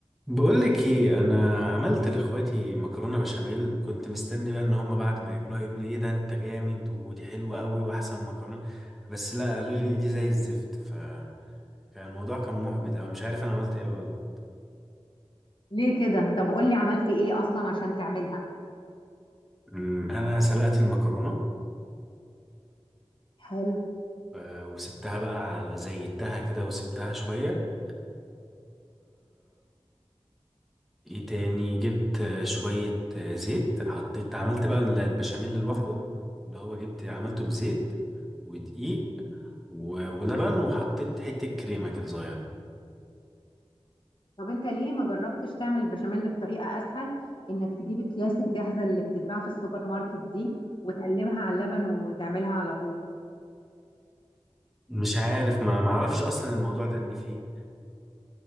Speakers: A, in the centre; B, on the left (about 50°).
A: بقولك ايه انا عملت لاخواتي مكرونه بشاميل كنت مستني بقى ان هم بعد ما ياكلوها يقولوا لي ايه ده انت جامد ودي حلوه قوي واحسن مكرونه بس لا قالوا لي ان دي زي الزفت فكان الموضوع كان محبط او مش عارف انا عملت ايه غلط
B: ليه كده طب قول لي عملت ايه اصلا عشان تعملها
A: أمم، انا سلقت المكرونه
B: حلو
A: آه، وسبتها بقى على- زيتها كده وسبتها شويه ايه تاني جبت آه، شوية آه، زيت حطيت عملت بقى ال- البشاميل لوحده اللي هو جبت عملته بزيت ودقيق و- ولبن وحطيت حتة كريمة كده صغيرة
B: طب انت ليه ما جربتش تعمل البشاميل بطريقة اسهل انك تجيب اكياس الجاهزة اللي بتتباع في السوبر ماركت دي وتقلبها على اللبن وتعملها على طول
A: مش عارف ما معرفش اصلا الموضوع ده ان فيه